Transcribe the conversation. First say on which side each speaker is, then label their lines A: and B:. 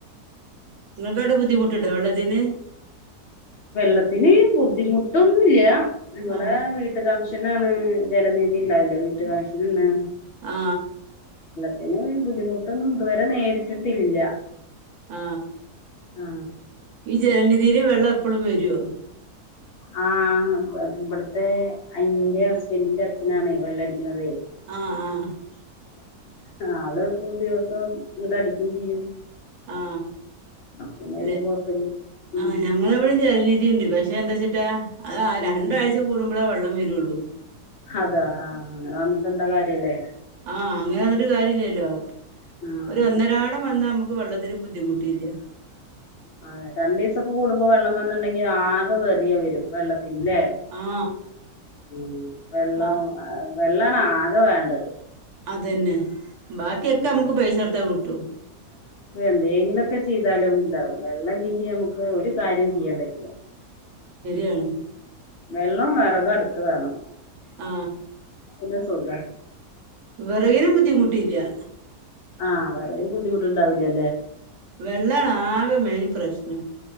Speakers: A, on the right; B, on the left.
A: ഇങ്ങക്കഉടെ ബുദ്ധിമുട്ട്ണ്ടോ വെള്ളത്തിന്?
B: വെള്ളത്തിന് ബുദ്ധിമുട്ടൊന്നുംല്ല്യ. ഇവടെ
A: ആ
B: വീട്ട് കണഷനാണ് ജലനിതിണ്ടാവില്ലേ വീട്ട് കണഷനണ്.
A: അ ആ
B: പിന്നെ ബുദ്ധിമുട്ടൊന്നും ഇതുവരെ നേരിട്ടിട്ടില്ല.
A: ആ
B: ആ.
A: ഈ ജലനിധിയില് വെള്ളം എപ്പോഴും വരുവോ
B: ആ ഇവിടുത്തെ അയിന്റെ ഹസ്ബൻഡിന്റെ അച്ഛനാണ് വെള്ളടിക്കണതേ
A: ആ ആ
B: ആള് ഇപ്പൊ ദിവസോം ഇങ്ങട് അടിക്കേം ചെയ്യും
A: ആ
B: അപ്പ പിന്നെ
A: അല്ലെ
B: വല്യ കൊഴപ്പില്ല ഉം
A: ആ ഞങ്ങളിവിടെ ജന ണ്ട് പക്ഷെ എന്താച്ചിട്ടാ അത്
B: ഉം
A: രണ്ടാഴ്ച കൂടുമ്പഴേ വെള്ളം വരുള്ളൂ
B: ഹതാ ആ അങ്ങനെ വന്നിട്ട് എന്താകാര്യല്ലേ
A: ആ അങ്ങനെവന്നിട്ടു കാര്യല്ലാല്ലോ
B: ആഹ്
A: ഒരു ഒന്നരാടം വന്നാ നമുക്കുവെള്ളത്തി നൊരു ബുദ്ധിമുട്ടില്ല
B: ആ രണ്ടീസൊക്കെ കൂടുമ്പോൾ വെള്ളം വന്നിണ്ടെങ്കി ആകെ വെറിയെവരും വെള്ളത്തി ഇല്ലേ
A: ആ
B: ഉം വെള്ളം
A: ആ
B: വെള്ളാണ് ആകെ വേണ്ടത്
A: അതന്നെ ബാക്കിയൊക്കെ
B: ഉം
A: നമുക്ക് പൈസടൊത്താ കിട്ടും
B: എന്തെങ്കിലൊക്കെ ചെയ്താലും ഇതാവും വെള്ളോല്ലെങ്കി നമുക്ക് ഒരുകാര്യവും ചെയ്യാൻ പറ്റു
A: ഉം
B: വെള്ളോം വിറക് അടുത്ത് വേണം
A: ആ
B: പിന്നെ സുഖാ
A: വെറകിനും ബുദ്ധിമുട്ടില്ലൃ
B: ആ വെറകിനു ബുദ്ധിമുട്ടുണ്ടാവില്ലൃ
A: വെള്ളാണ് ആകെ മെയിൻപ്രശ്നം